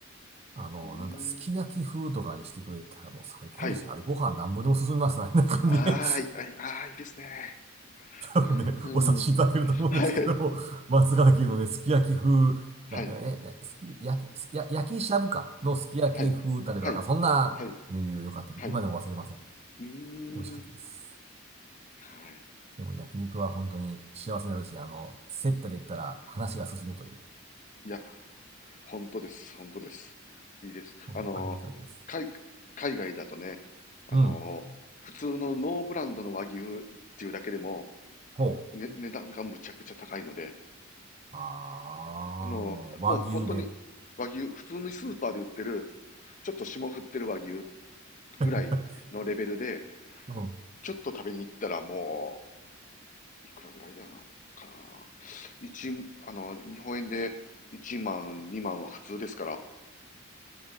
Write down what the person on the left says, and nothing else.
うーん。
はい。
ああ、いいはい。ああ、いいですね。
うーん。
はい。
はい。
はい。はい。
はい。はい。
うー
ん。はい。
いや本当です。本当です。いいです。
あの、海、海外だとね、あの、
普通のノーブランドの和牛っていうだけでも、
ね、値段がむちゃくちゃ高いので、
あの、
もう本当に和牛、普通にスーパーで売ってる、ちょっと霜降ってる和牛ぐらいのレベルで、
ちょっと食べに行ったらもう、いくらぐらいだな、かな。一、あの、日本円で1万、2万は普通ですから。